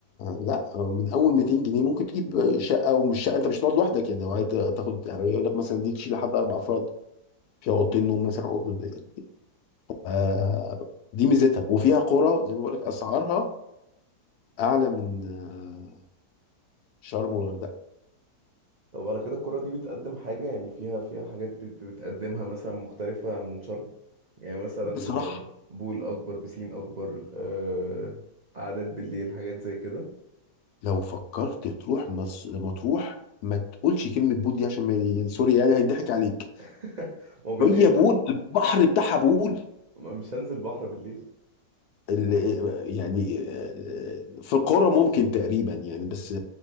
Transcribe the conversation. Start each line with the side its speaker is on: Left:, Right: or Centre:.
Left: لا من اول 200 جنيه ممكن تجيب شقه ومش شقه انت مش هتقعد لوحدك يعني لو هت- هتاخد يقول لك مثلا دي تشيل لحد اربع افراد فيها اوضتين
Right: مم.
Left: نوم مثلا او اوضه ضيقة. آه دي ميزتها وفيها قرى زي ما بقول لك اسعارها اعلى من آه، شرم والغردقه
Right: طب على كده القرى دي بتقدم حاجة يعني فيها فيها حاجات بت- بتقدمها مثلا مختلفة عن شرم يعني مثلا
Left: بصراحه
Right: آه، بول أكبر بسين أكبر أه قعدات بالليل حاجات زي كده
Left: لو فكرت تروح مص... مطروح ما تقولش كلمه بول دي عشان ما يعني سوري يعني هيضحك عليك
Right: <laughs> ما هو بالليل
Left: هي بول <laughs> البحر بتاعها بول
Right: ما مش هنزل بحر بالليل
Left: ال- يعني آه، في القرى ممكن تقريبا يعني بس